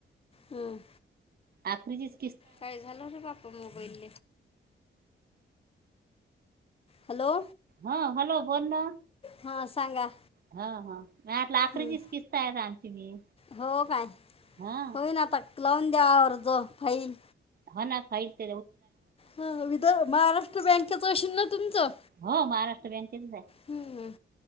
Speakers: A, on the left; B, on the right.
A: हम्म
B: आपखलीची
A: काय झालं र बाप्पा मोबाईल हॅलो
B: हा हॅलो बोल ना
A: हां सांगा
B: हा हा नाही आला अकरीचीच
A: हं.
B: किस्त आहे आमची मी
A: हो काय
B: हा
A: होय ना आता लावून द्यावरर्ज फाईल
B: हा खालत
A: हा वि महाराष्ट्र बँकच असशन ना तुमचं
B: हो महाराष्ट्र बँकेचच आहे
A: हम्म